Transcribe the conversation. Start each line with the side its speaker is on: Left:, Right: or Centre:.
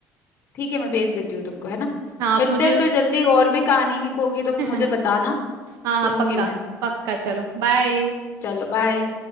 Left: ठीक है मैं भेज देती हूँ तुमको है ना
Right: हाँ आप
Left: मिलते
Right: मुझे
Left: हैं
Right: <laughs>
Left: फिर जल्दी और भी कहानी लिखोगी तो मुझे
Right: हाँ
Left: बताना
Right: हाँ
Left: सुनूंगी
Right: पक्का
Left: मैं
Right: पक्का चलो बाय
Left: चलो बाय